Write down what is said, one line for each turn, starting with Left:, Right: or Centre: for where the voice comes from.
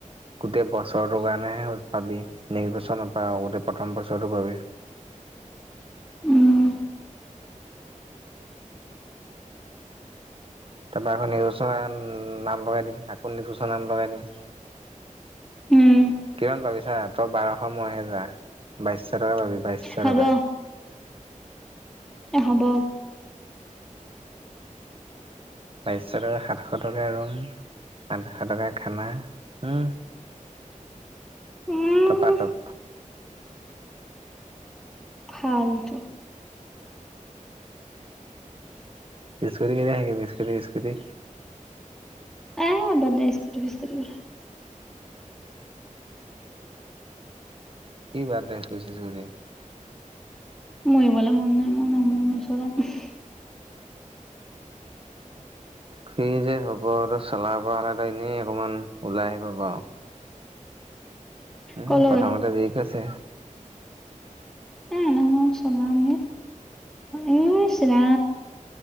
Right: গোটেই বছৰটোৰ কাৰণেহে পাবি নেক্স বছৰ নাপাৱ গোটেই প্ৰথম বছৰটো পাবি
Centre: উম।
Right: তাৰপৰা আকৌ নিচমান নাম।। লগাই দিম আাকৌ নিকুচা নাম লগাই দিম।
Centre: উম
Right: কিমান পাবি ছা মাত্ৰ বাৰশ ন হেজাৰ বাইশশ টকা পাবি বাইশশ
Centre: হ'ব
Right: টকা।
Centre: হ'ব।
Right: বাইছশ টকা, সাতশ টকা ৰুম, আঠশ টকা খানা, ।
Centre: উম
Right: টপা টপ।
Centre: ফাল্টু।
Right: ইছকুটি কেতিয়া আনিবি ইছকুটি, ইছকুটি
Centre: আহ বাদ দে ইস্কুটি চিস্কুটি
Right: কি বাদদে চজিছি <unintelligible>
Centre: মৰিবলৈ মন নাই মোৰ ন, মই নচলাওঁ
Right: কি যে হ'ব, আৰু চলাবলে এনেই অকনমান ওলাই আহিব পাৰ। উম
Centre: কলৈ
Right: প্ৰথমতে ঠিক আছে।
Centre: এ নহয় চলাম এই চা